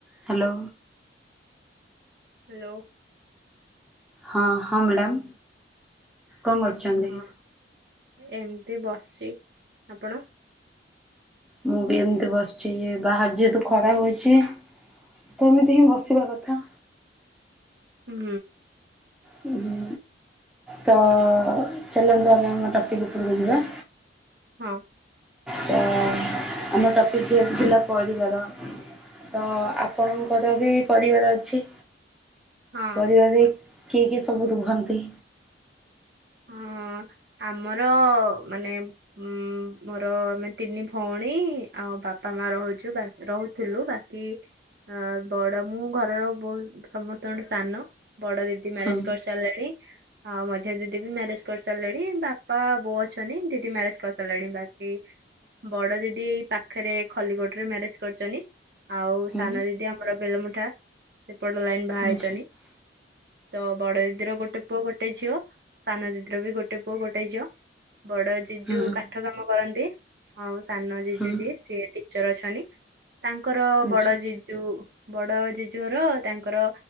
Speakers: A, in the centre; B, on the right.
A: Hello
B: hello
A: ହଁ ହଁ madam. କଣ କରୁଛନ୍ତି?
B: ହଁ ଏମିତି ବସିଛି। ଆପଣ?
A: ମୁଁ ବି ଏମିତି ବସିଛି। ବାହାରେ ଯେହେତୁ ଖରା ହଉଛି ତ ଏମିତି ହିଁ ବସିବା କଥା।
B: ହୁଁ
A: ହୁଁ ତ ଚାଲନ୍ତୁ ଆମେ ଆମ ଟପିକ୍ ଉପରକୁ ଯିବା।
B: ହଁ
A: ତ ଆମ ଟପିକ୍ ଯେହେତୁ ଥିଲା ପରିବାର ତ ଆପଣଙ୍କର ବି ପରିବାର ଅ ଅଛି
B: ହଁ
A: ପରିବାରେ କିଏ କିଏ ସବୁ ରୁହନ୍ତି?
B: ହଁ ଆମର ମାନେ ଉ ମୋର ଆମେ ତିନି ଭଉଣୀ, ଆଉ ବାପା ମା ରହୁଛୁ ବାକ୍ ରହୁଥିଲୁ ବାକି ଅ ବଡ ମୁଁ ଘରର ବହୁ ସମସ୍ତଙ୍କଠୁ ସାନ। ବଡ ଦିଦି ମ୍ୟାରେଜ୍
A: ହଁ
B: କରିସାରିଲାଣି। ହଁ ମଝିଆ ଦି ଦିଦି ବି ମ୍ୟାରେଜ୍ କରିସାରିଲେଣି। ବାପା ବୋଉ ଅଛନ୍ତି ଦିଦି ମ୍ୟାରେଜ କରିସାରିଲାଣି ବାକି ବଡଦିଦି ଏଇ ପାଖରେ ଖଲିକୋଟ୍ ରେ ମ୍ୟାରେଜ୍ କରିଛନ୍ତି ଆଉ
A: ହଁ
B: ସାନ ଦିଦି ଆମର ବେଲମୁଠା ପଟ ଲାଇନ୍ ବାହା ହେଇଛନ୍ତି।
A: ଆଚ୍ଛା ଆଚ୍ଛା
B: ତ ବଡ ଦିଦି ଟା ଗୋଟେ ପୁଅ ଗୋଟେ। ଗୋଟେ ଝିଅ। ସାନ ଦିଦିର ବି ଗୋଟେ ପୁଅ ଗୋଟେ ଝିଅ। ବଡ ଜୀଜୁ
A: ହଁ
B: କାଠ କାମ କରନ୍ତି। ହଉ ସାନ ଯିଯୁ
A: ହଁ ହଁ
B: ଯିଏ ସିଏ ଟିିଚର ଅଛନ୍ତି। ତାଙ୍କର
A: ଆଚ୍ଛା
B: ବଡ ଯିଜୁ। ବଡ ଜିଯୁ ଘର ତାଙ୍କର